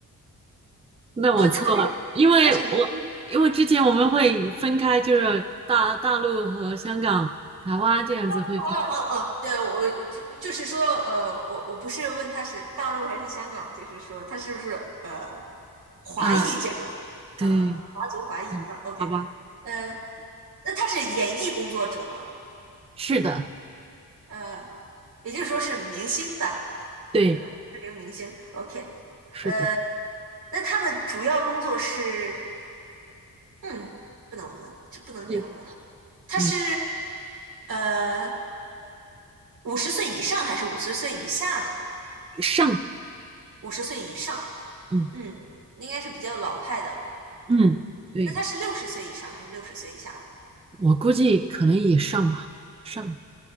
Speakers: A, on the right (about 15°); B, on the right (about 85°).
A: 那我错了，
B: 呃，他是
A: 因为我因为之前我们会分开，
B: 他是演艺，
A: 就是大大陆和香港、台湾这样子会分
B: 哦哦哦哦，对，我就就是说，呃，我我不是问他是大陆还是香港，就是说他是不是呃华裔这样子，
A: 开啊，对，
B: 呃，华族华裔，
A: 嗯，
B: 啊，OK，
A: 好吧，
B: 呃，那他是演艺工作者吗？
A: 是的，
B: 呃，也就是说是明星吧，
A: 对，
B: 对吧？知名明星，OK，
A: 是的，
B: 呃，那他的主要工作是，嗯，不能问，这不能这样问。
A: 对，
B: 哈。他是
A: 嗯，
B: 呃五十岁以上还是五十岁以下呢？
A: 上，
B: 五十岁以上，
A: 嗯
B: 嗯，应该是比较老派的。
A: 嗯，对，
B: 那他是六十岁以上还是六十岁以下呢？
A: 我估计可能也上吧，上。